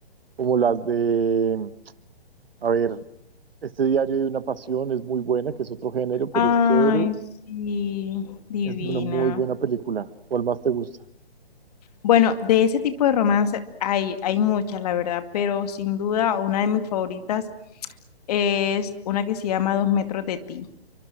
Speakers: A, on the right (about 65°); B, on the left (about 40°).
A: como las de, a ver, este diario de una pasión es muy buena, que es otro género, pero
B: Ay,
A: es chévere,
B: sí, divina.
A: es una muy buena película. ¿Cuál más te gusta?
B: Bueno, de ese tipo de romance hay, hay muchas, la verdad, pero sin duda una de mis favoritas es una que se llama Dos metros de ti.